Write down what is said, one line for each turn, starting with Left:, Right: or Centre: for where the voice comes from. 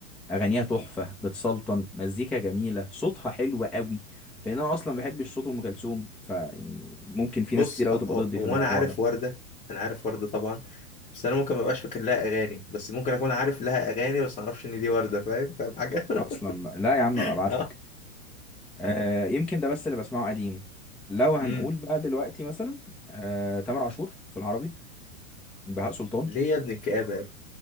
Centre: اغانيها تحفه بتسلطن مزيكا جميله صوتها حلو قوي لان انا اصلا ما بحبش صوت ام كلثوم فيعني ممكن في
Left: بص
Centre: ناس كتير قوي
Left: هو,
Centre: تبقى
Left: هو
Centre: ضدي
Left: هو
Centre: في الموضوع
Left: انا عارف
Centre: ده
Left: وردة انا عارف وردة طبعا بس انا ممكن ما ابقاش فاكر لها اغاني بس ممكن اكون عارف لها اغاني بس ما اعرفش ان دي وردة فاهم فاهم حاجة
Centre: اصلا
Left: <laughs>
Centre: بقى. لا يا عم ابقى ابعت
Left: اه
Centre: لك آه يمكن ده بس اللي بسمعه قديم لو هنقول
Left: امم
Centre: بقى دلوقتي مثلا آه تامر عاشور في العربي بهاء سلطان
Left: ليه يا ابن الكآبة يا ابني؟